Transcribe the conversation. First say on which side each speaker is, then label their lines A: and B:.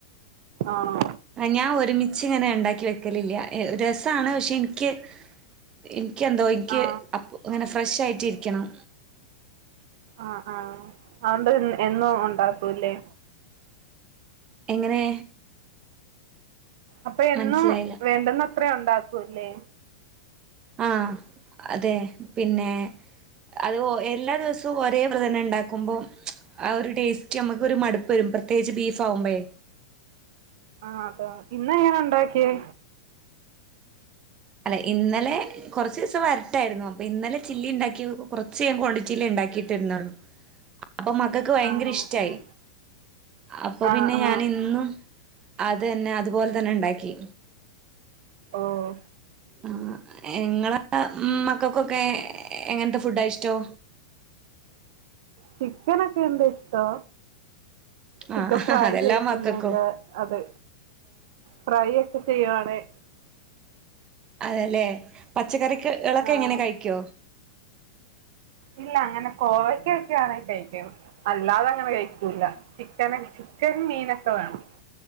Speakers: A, on the right; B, on the right.
A: ആണോ.
B: ഞാൻ ഒരുമിച്ചിങ്ങനെ ഉണ്ടാക്കി വെക്കലില്ല രസമാണ് പക്ഷെ എനിക്ക്. എനിക്കെന്തോ എനിക്ക്
A: ആ
B: അപ്പ അങ്ങനെ ഫ്രഷായിട്ടിരിക്കണം.
A: ആഹ് ആഹ് അതൊണ്ട് എന്നും ഉണ്ടാക്കൂല്ലേ?
B: എങ്ങനെ.
A: അപ്പയെന്നും
B: മനസ്സിലായില്ല
A: വേണ്ടുന്നത്രേ ഉണ്ടാക്കൂലെ.
B: ആഹ് അതെ പിന്നെ അത് എല്ലാ ദിവസോ ത്തും ഒരേ ഇതന്നെ ഉണ്ടാക്കുമ്പോ ആഹ് ഒരു ടേസ്റ്റ് നമുക്കൊരു മടുപ്പ് വരും പ്രത്യേകിച്ച് ബീഫാകുമ്പോഴേ.
A: ആഹ് അതോ ഇന്ന എങ്ങനാ യുണ്ടാക്കിയേ?
B: അല്ലെ ഇന്നലെ. കുറച്ചീസം വരട്ടായിരുന്നു അപ്പൊ ഇന്നലെ ചില്ലി ഉണ്ടാക്കി കുറച്ച് ക്വാണ്ടിറ്റിയിൽ ഉണ്ടാക്കിയിട്ടിരുന്നുള്ളൂ. അപ്പൊ മകൾക്ക് ഭയങ്കര
A: ആണോ
B: ഇഷ്ടായി
A: ഉം.
B: അപ്പൊ
A: ആ
B: പിന്നെ
A: ആ
B: ഞാൻ ഇന്നും. അതെന്നെ അതുപോലെ തന്നെ ഉണ്ടാക്കി.
A: ഓഹ്.
B: ആഹ് ഇങ്ങള മക്കൾക്കൊക്കെ എങ്ങനത്തെ ഫുഡാ ഇഷ്ടോ?
A: ചിക്കനൊക്കെ എന്തിഷ്ടാ. ചിക്കൻ
B: ആ
A: ഫ്രൈ
B: അതെല്ലാ
A: ചെയ്ക്കുന്നൊക്കെ
B: മക്കൾക്കും
A: അത് ഫ്രൈ ഒക്കെ ചെയ്യുവാണേ.
B: അതല്ലേ പച്ചക്കറിക്ക് കളൊക്കെ
A: ആ
B: എങ്ങനെ കഴിക്കൊ?
A: ഇല്ല അങ്ങനെ കോവയ്ക്ക ഒക്കെ ആണേ കഴിക്കും. അല്ലാതങ്ങനെ കഴിക്കൂല ചിക്കനും ചിക്കൻ, മീനൊക്കെ വേണം.